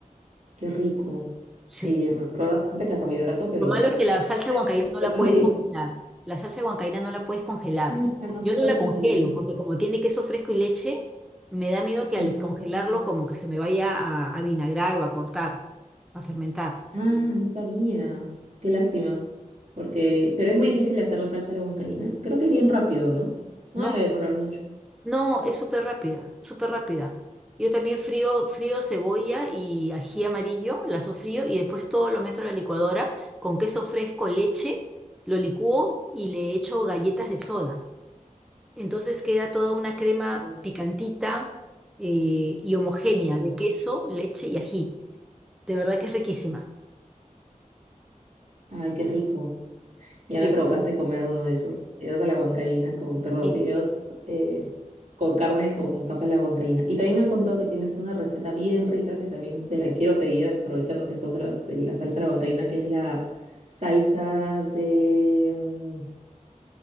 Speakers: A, on the right; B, in the centre.
A: Qué rico.
B: Sí.
A: Sí, me ahorró bastante carbohidrato, pero
B: Lo malo es que la salsa huancaína no
A: Todo
B: la puedes
A: bien.
B: congelar. La salsa huancaína no la puedes congelar.
A: Ah, no
B: Yo
A: se
B: no
A: puede
B: la
A: congelar.
B: congelo porque como tiene queso fresco y leche, me da miedo que
A: Mm.
B: al descongelarlo como que se me vaya a, a vinagrar o a cortar, a fermentar.
A: Ah, no sabía. Qué lástima. Porque, pero es muy difícil de hacer la salsa a la huancaína. Creo que es bien rápido, ¿no? No
B: No,
A: debe demorar mucho.
B: no, es súper rápida, súper rápida. Yo también frío, frío cebolla y ají amarillo, la sofrío y después todo lo meto a la licuadora con queso fresco, leche, lo licúo y le echo galletas de soda. Entonces queda toda una crema
A: Bien,
B: picantita eh, y homogénea
A: Rico.
B: de queso, leche y ají. De verdad que es riquísima.
A: Ay, qué rico. Ya me
B: Y,
A: provocaste comer uno de esos fideos a la huancaína con, perdón,
B: y
A: fideos eh, con carne con papa a la huancaína. Y también me han contado que tienes una receta bien rica que también te la quiero pedir, aprovechando que estamos hablando de la salsa a la huancaína, que es la salsa de... mm,